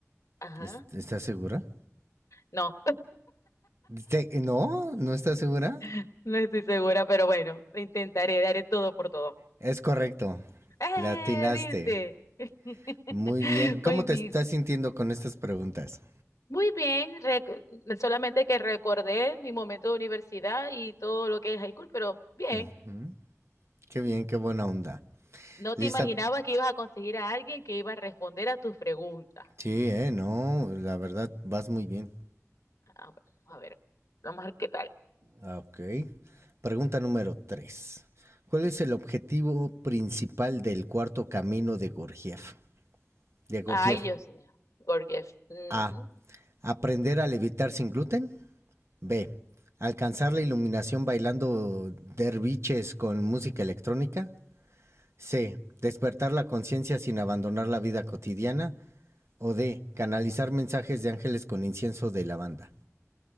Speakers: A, on the left (about 80°); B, on the right (about 60°).
A: Ajá.
B: ¿Es- ¿Estás segura?
A: No,
B: Te- No, no estás segura.
A: <laughs> no estoy segura, pero bueno, lo intentaré, daré todo por todo.
B: Es correcto.
A: ¡Eh!
B: La atinaste.
A: ¿Viste? <laughs>
B: Muy bien. ¿Cómo
A: Muy
B: te
A: bien.
B: estás sintiendo con estas preguntas?
A: Muy bien, rec- solamente que recordé mi momento de universidad y todo lo que es high school, pero bien,
B: Ujú. Qué bien, qué buena onda.
A: no te
B: ¿Lista?
A: imaginabas que ibas a conseguir a alguien que iba a responder a tus preguntas.
B: Sí, eh, no, la verdad, vas muy bien.
A: Ah, bueno, a ver, vamos a ver qué tal.
B: Ah, Ok. Pregunta número 3. ¿Cuál es el objetivo principal del cuarto camino de Gurdjieff? De Gurdjieff.
A: Ay, Dios mío. Gorgeous. Ujú.
B: A. Aprender a levitar sin gluten. B. Alcanzar la iluminación bailando derviches con música electrónica. C. Despertar la conciencia sin abandonar la vida cotidiana. O D. Canalizar mensajes de ángeles con incienso de lavanda.